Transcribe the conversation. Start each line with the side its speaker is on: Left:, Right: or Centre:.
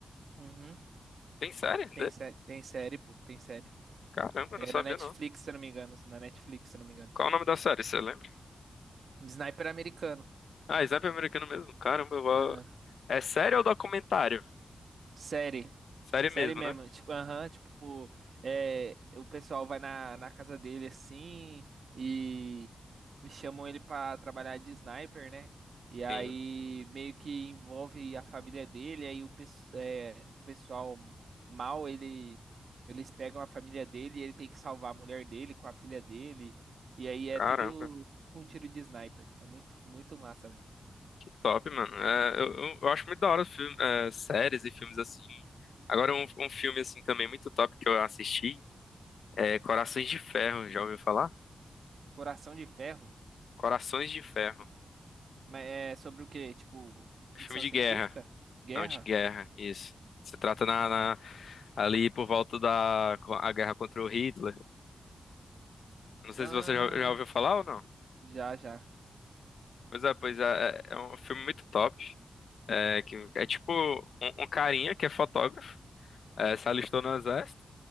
Right: Uhum.
Left: Tem série?
Right: Tem série, tem série, pô, tem série.
Left: Caramba,
Right: É
Left: eu não sabia
Right: na Netflix,
Left: não.
Right: se eu não me engano, na Netflix, se eu não me engano.
Left: Qual o nome da série, você lembra?
Right: Sniper americano.
Left: Ah, Sniper Americano mesmo. Caramba, eu vou...
Right: Aham.
Left: É série ou documentário?
Right: Série.
Left: Série
Right: Série
Left: mesmo,
Right: mesmo.
Left: né?
Right: Tipo, aham, tipo, é, o pessoal vai na, na casa dele assim e e chamam ele pra trabalhar de sniper, né? E aí
Left: Sim.
Right: meio que envolve a família dele, aí o, pes- é, o pessoal mal, ele, eles pegam a família dele e ele tem que salvar a mulher dele com a filha dele. E aí é
Left: Caramba,
Right: tudo com um tiro de sniper. É muito, muito massa, velho.
Left: que top, mano. É, eu, eu- eu acho muito da hora filme, é, séries e filmes assim. Agora, um, um filme assim também muito top que eu assisti é Corações de Ferro, já ouviu falar?
Right: Coração de Ferro.
Left: Corações de Ferro.
Right: Mas é sobre o quê? Tipo,
Left: É
Right: ficção
Left: Filme de
Right: científica?
Left: guerra.
Right: Guerra?
Left: Não, de guerra, isso. Se trata na,
Right: Guerra.
Left: na- ali por volta da a guerra contra o Hitler. Não sei
Right: Ah,
Left: se você já, já ouviu falar ou não.
Right: já, já.
Left: Pois é, pois é, é é um filme muito top. É, que é tipo um, um carinha que é fotógrafo, é, se alistou no exército,